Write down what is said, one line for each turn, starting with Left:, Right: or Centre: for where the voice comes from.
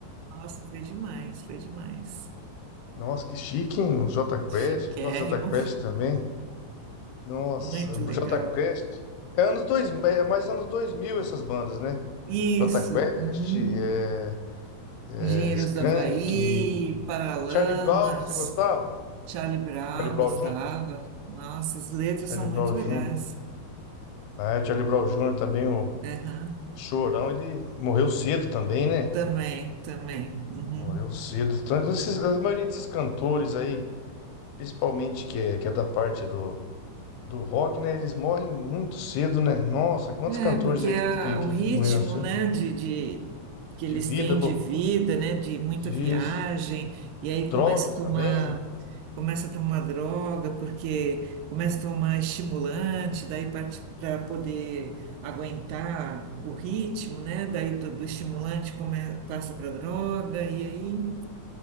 Right: Nossa, foi demais, foi demais.
Left: Nossa, que chique, hein? O Jota Quest,
Right: Chiquérrimo,
Left: eu gosto do Jota Quest também. Nossa,
Right: muito
Left: o
Right: legal.
Left: Jota Quest. É anos dois é é mais anos 2000 essas bandas, né?
Right: Isso.
Left: Jota Quest,
Right: uhum.
Left: é, é,
Right: Engenheiros
Left: Skank,
Right: do Havaí, Paralamas,
Left: Charlie Brown, você gostava?
Right: Charlie Brown,
Left: Charlie Brown
Right: gostava.
Left: Jr.?
Right: Nossa, as letras
Left: Charlie
Right: são
Left: Brown
Right: muito legais.
Left: Jr. Ah, é, Charlie Brown Jr. também, o
Right: Aham,
Left: Chorão, ele morreu cedo também, né?
Right: Também, também. Uhum.
Left: Morreu cedo. Então, esses- a maioria desses cantores aí, principalmente que é, que é da parte do Do rock, né? Eles morrem muito cedo, né? Nossa, quantos
Right: É,
Left: cantores
Right: porque
Left: aí que,
Right: a-
Left: que, que,
Right: o ritmo,
Left: que morreram assim?
Right: né, de, de- que
Left: De
Right: eles
Left: vida,
Right: têm
Left: loucura,
Right: de vida, né, de muita
Left: disso,
Right: viagem, e aí
Left: drogas
Right: começa a tomar,
Left: também.
Right: começa a tomar droga, porque começa a tomar estimulante, daí parte para poder aguentar o ritmo, né, daí do, do estimulante come, passa para droga, e aí,